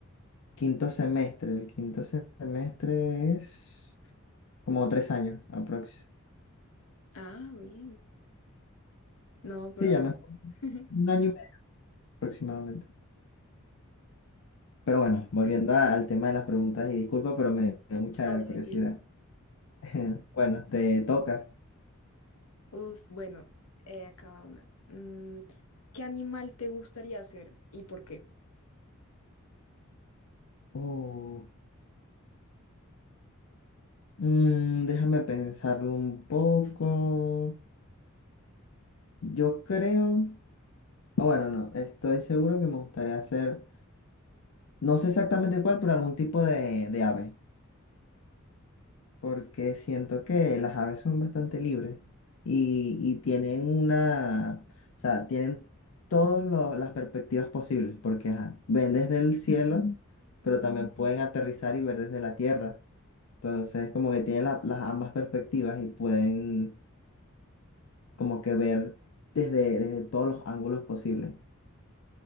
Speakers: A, on the left; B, on the left.
A: quinto semestre, el quinto semestre es como tres años aproximadamente.
B: Ah, bien. No, pero...
A: Sí, ya me
B: <laughs>
A: un año y medio aproximadamente. Pero bueno, volviendo a- al tema de las preguntas, y disculpa, pero me dio mucha
B: No, tranquilo.
A: curiosidad. <laughs> Bueno, te toca.
B: Uf, bueno, eh, acaba una. Mm, ¿qué animal te gustaría ser y por qué?
A: Uh, mm, déjame pensarlo un poco. Yo creo, o bueno, no, estoy seguro que me gustaría hacer, no sé exactamente cuál, pero algún tipo de, de ave. porque siento que las aves son bastante libres y, y tienen una, o sea, tienen todas las perspectivas posibles, porque ajá, ven desde el cielo, pero también pueden aterrizar y ver desde la tierra. Entonces, como que tienen la- las ambas perspectivas y pueden como que ver desde, desde todos los ángulos posibles.